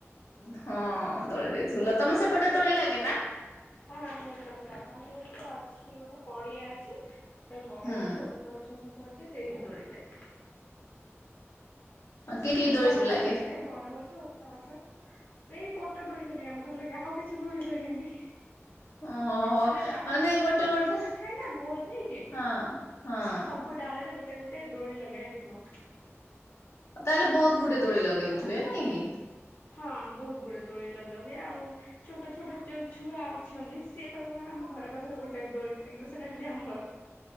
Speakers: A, on the left; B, on the left.
A: ହଁ ଦୋଳିରେ ଝୁଲ ତମ ସେପଟେ ଦୋଳି ଲାଗେ ନା?
B: ହଁ ଆମ ଏପଟେ ବି ଲାଗେ ଆମର ଯେହେତା ଅଛି ଗୋଟେ ପଡ଼ିଆ ଅଛି ସେ ବର
A: ହୁଁ
B: ଗଛ ଓସ ସ୍ତ ଗଛ ସବୁ ଅଛି ସେଇଠି ଦୋଳି ଲାଗେ।
A: କି
B: ନା
A: କି
B: ବହୁତ
A: ଦୋଳି
B: ବଡ଼
A: ସବୁ ଲାଗେ
B: ପଡ଼ିଆ ଟେ ବର ଗ ଛ ଓସ୍ତ ଗଛ ସେଇ ପଟା ଦୋଳି ଖାଲି ଆମର ଲାଗେ ଆଉ କିଛି ଦୋଳି ଲାଗେନି।
A: ଓହୋ
B: ମାନେ ରାଉଣ୍ଡ
A: ନାଇଁ
B: ହେଇକି
A: ଗୋଟେ
B: ସବୁ ଗଛ
A: ଗୋଟେ
B: ଗୁଡ଼ା ଥାଏ ନା ଗୋଲ ହେଇକି
A: ହଁ
B: ସବୁ
A: ହଁ
B: ସବୁ ଡ଼ାଳ ରେ ଗୋଟେ ଗୋଟେ ଦୋଳି ଲଗା ହେଇଥିବ।
A: ତାହେଲେ ବହୁତ ଗୁଡ଼େ ଦୋଳି ଲଗେଉଥୁବେ
B: ତମ ସେପଟେ
A: ନାଇଁ କି?
B: ହଁ ବହୁତ ଗୁଡ଼େ ଦୋଳି ଲଗା ହୁଏ ଆଉ ଛୋଟ ଛୋଟ ଯୋଉ ଛୁଆ ଅଛନ୍ତି ସିଏ କହିବେ କଣ ନା ଆମ ଘର ପାଖରେ ଗୋଟେ ଦୋଳି ଲାଗିବ ସେଟା ଖାଲି ଆମର।